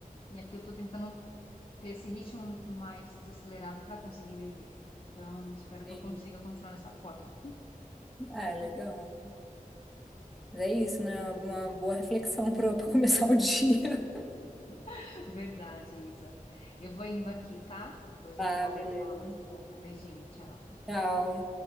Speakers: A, on the left (about 40°); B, in the centre.
A: E aqui eu tô tentando ter esse ritmo mais desacelerado para conseguir viver. Então, espero que
B: sim.
A: eu consiga continuar nessa forma.
B: Ah, é legal. Mas É isso, né? Uma boa reflexão pra, pra começar o dia.
A: <laughs> Verdade, Isa. Eu vou indo aqui, tá? Depois
B: <laughs>
A: a
B: tá
A: gente volta
B: beleza.
A: para falar mais um pouco. Um beijinho, tchau.
B: Tchau.